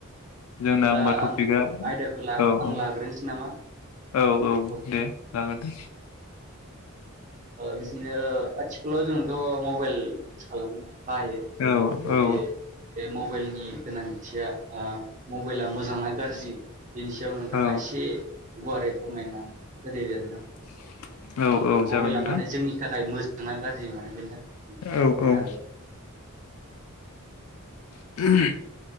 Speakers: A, on the left (about 80°); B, on the right (about 35°).
A: जोंना
B: दिब्ला
A: होमबा टपिकआ
B: आङो आयदाखो ला
A: औ
B: आं
A: औ
B: लाग्रोनोसै नामा?
A: औ औ
B: <unintelligible> <unintelligible> ओ
A: दे जागोन दे
B: बिदिनो आथिखालाव जोंथ' मबाइल इउस खालामो ना? बायो <unintelligible>
A: औ औ
B: बे मबाइलनि गोनांथिया आ मबाइला मोजांना गारज्रि बिनि सायाव नोंथाङा
A: औ
B: एसे गुवारै फोरमायना होदो दे नोंथां
A: <inaudible> औ जागोन
B: मबाइला
A: नोंथां
B: माने जोंनि थाखाय मोजांना गाज्रि माने बेनि थाखाय
A: औ
B: खमायनानै
A: औ। <unintelligible>